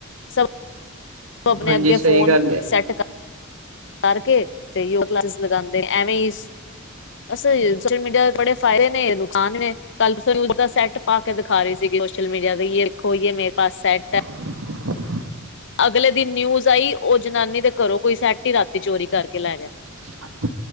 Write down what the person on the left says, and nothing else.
ਸਭ ਆਪਣੇ
ਅੱਗੇ
ਫੋਨ
ਸੈੱਟ ਕਰ ਕਰਕੇ ਤੇਗ ਕਲਾਸ ਲਗਾਉਦੇ ਐਵੇਂ ਹੀ ਅਸ ਸੋਸ਼ਲ ਮੀਡੀਆ ੋੜੇ ਫਾਇਦੇ ਨਹੀਂ ਹੈ ਲੋਕੁਕਾਨ ਨੇ। ਕਲਪ ਸਰੂਜ ਦਾ ਸੈਟ ਪਾ ਕੇ ਦਿਖਾ ਰਹੀ ਸੀਗੀ ਸੋਸ਼ਲ ਮੀਡੀਆ ਤੇ ਦੇਖੋ ਮੇਰੇ ਪਾਸ ਸੈੱ
ਅਗਲੇ ਦਿਨ ਨਿਊਜ਼ ਆਈ ਉਹ ਜਨਾਨੀ ਦੇ ਘਰੋਂ ਕੋਈ ਸਠ ਹੀ ਰਾਤੀ ਚੋਰੀ ਕਰਕੇ ਲੈ ਗਿਆ।